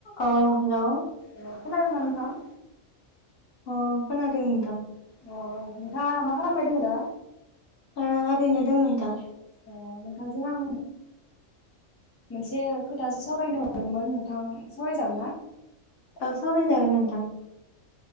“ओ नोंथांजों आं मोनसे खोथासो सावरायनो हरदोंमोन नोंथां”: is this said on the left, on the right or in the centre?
Left